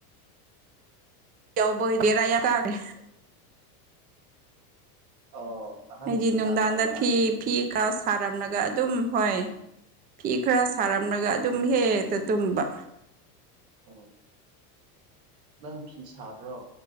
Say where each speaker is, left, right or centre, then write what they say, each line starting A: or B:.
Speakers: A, on the right; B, on the right.
A: ꯌꯥꯎꯕꯩ ꯗꯔ ꯇꯥꯒ
B: ꯑꯣ ꯑꯍꯟꯁꯤꯡ
A: ꯑꯩꯗꯤ ꯅꯨꯡꯗꯥꯡꯗ
B: ꯂꯥꯛꯈ꯭ꯔꯕ
A: ꯐꯤ ꯐꯤ ꯀꯥ ꯁꯥꯔꯝꯂꯒ ꯑꯗꯨꯝ ꯍꯣꯏ ꯐꯤ ꯈꯔ ꯁꯥꯔꯝꯂꯒ
B: ꯎꯝ
A: ꯑꯗꯨꯝ ꯍꯦꯛ ꯍꯦꯛꯇ ꯇꯨꯝꯕ
B: ꯑ ꯅꯪ ꯐꯤ ꯁꯥꯕ꯭ꯔꯣ